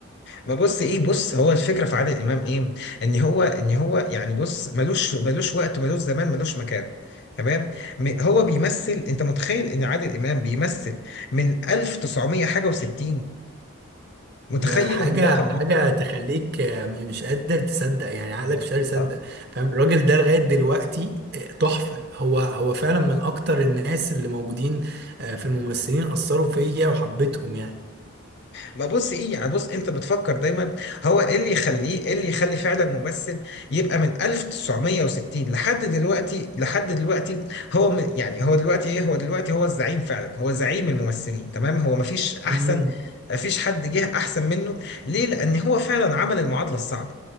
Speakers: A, on the left; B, on the right.
A: ما بص ايه بص هو الفكره في عادل امام ايه ان هو ان هو يعني بص ملوش ملوش وقت ملوش زمان ملوش مكان تمام م- هو بيمثل انت متخيل ان عادل امام بيمثل من 1900 حاجه و60 متخيل
B: آه، حاجة
A: الرقم
B: حاجة
A: ده
B: تخليك آه، م- مش قادر تصدق يعني عقلك مش قادر يصدق
A: آه.
B: فاهم الراجل ده لغاية دلوقتي آه، تحفة هو هو فعلا من أكتر الناس اللي موجودين آه، في الممثلين أثروا فيا وحبيتهم يعني
A: ما بص ايه يعني بص انت بتفكر دايما هو ايه اللي يخليه ايه اللي يخلي فعلا ممثل يبقى من 1960 لحد دلوقتي لحد دلوقتي هو من يعني هو دلوقتي ايه هو دلوقتي هو الزعيم فعلا هو زعيم الممثلين تمام هو مفيش احسن
B: امم
A: مفيش حد جه احسن منه ليه لان هو فعلا عمل المعادلة الصعبة